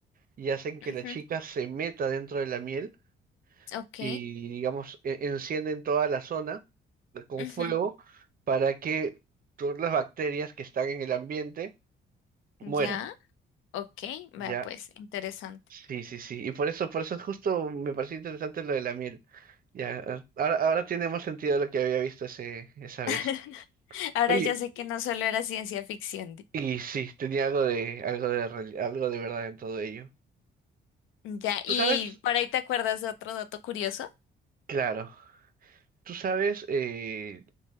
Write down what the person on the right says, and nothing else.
y hacen que
la chica se meta dentro de la miel
y, digamos, e- encienden toda la zona eh, con
fuego para que todas las bacterias que están en el ambiente mueran.
Ya,
Sí, sí, sí. Y por eso, por eso justo me pareció interesante lo de la miel. Ya, ah, ahora, ahora tiene más sentido lo que había visto ese, esa vez.
Oye,
y sí, tenía algo de, algo de, real- algo de verdad en todo ello.
¿Tú
sabes?
Claro. ¿Tú sabes eh,